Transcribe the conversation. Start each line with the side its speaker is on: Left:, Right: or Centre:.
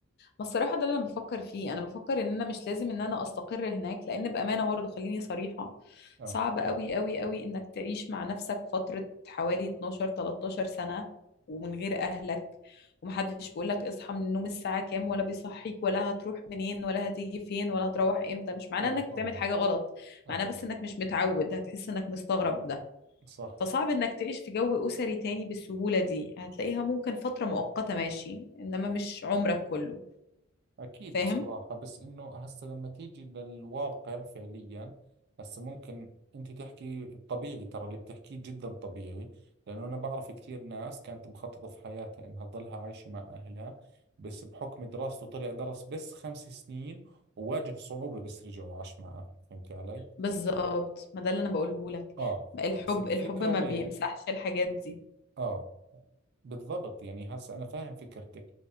Left: ما الصراحة ده اللي أنا بفكر فيه أنا بفكر إن أنا مش لازم إن أنا أستقر هناك لأن بأمانة برضه خليني صريحة
Right: اه
Left: صعب أوي أوي أوي إنك تعيش مع نفسك فترة حوالي 12 13 سنة ومن غير أهلك ومحدش بيقولك اصحى من النوم الساعة كام ولا بيصحيك ولا هتروح منين ولا هتيجي فين ولا هتروح إمتى مش معناه
Right: اه
Left: إنك
Right: طبعا
Left: بتعمل حاجة غلط
Right: اكيد
Left: معناه بس إنك مش متعود هتحس إنك مستغرب
Right: صح
Left: فصعب انك تعيش في جو اسري تاني بالسهولة دي هتلاقيها ممكن فترة مؤقتة ماشي انما مش عمرك كله
Right: أكيد
Left: فاهم
Right: بصراحة بس إنه هسا لما تيجي للواقع فعليا هسا ممكن أنت تحكي طبيعي ترى اللي بتحكيه جدا طبيعي لأنه أنا بعرف كثير ناس كانت مخططة في حياتها إنها تضلها عايشة مع أهلها بس بحكم دراسته طلع درس بس خمس سنين وواجه صعوبة بس رجع وعاش مع أهله فهمت علي؟
Left: بالظبط ما ده اللي انا بقوله لك
Right: آه
Left: الحب
Right: بس الفكرة
Left: الحب ما
Right: وين؟
Left: بيمسحش الحاجات دي
Right: اه بالضبط يعني هسه أنا فاهم فكرتك